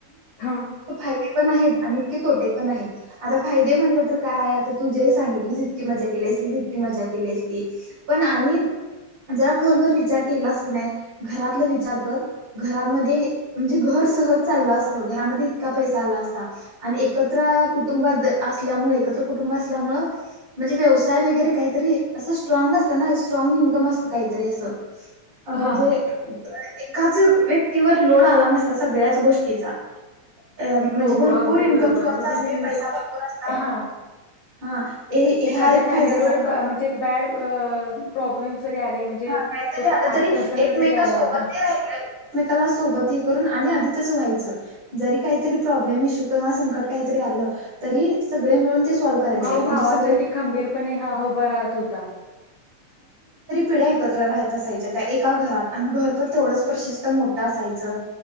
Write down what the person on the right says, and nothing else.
<unintelligible> फायदे पण आणि इतके तोटे पण आहेत आता फायदे म्हणले तर काय आता तुझे सांगितली इतकी मजा केली असती इतकी मजा केली असती पण आणि जरा खोलवरर विचार केला अस नाही घरातला विचार कर घरामध्ये म्हणजे घर सहज चाललं असतं घरामध्ये इतका पैसा आला असता आणि एकत्र कुटुंबात असल्यामुळे एकत्र कुटुंब असल्यामुळे म्हणजे व्यवसाय वगैरे काहीतरी असं स्ट्राग असतं ना स्ट्राग इन्कम असतं काहीतरी असं अ म्हणजे
एकाच व्यक्तीवर लोड आला नसता सगळ्याच गोष्टीचा अ म्हणजे
भरपूर
इन्कम
सोर्स
असते
पैसा भरपूर असता
ह
हा एक
फायदा झाला
हा काहीतरी
आलं
तरी
एकमेकासोबत
हे राहिल एकमेकाला सोबत हे करून आणि आधी तसं व्हायचं जरी काहीतरी प्रॉब्लेम इश्यू किंवा संकट काहीतरी आलं तरी सगळे मिळून सॉल्व्ह करायचे.
म्हणजे सगळे
पिड्या एकत्र राहत असायच्या त्या एका घरात आणि घर पण तेवढंच प्रशस्त मोठं असायचं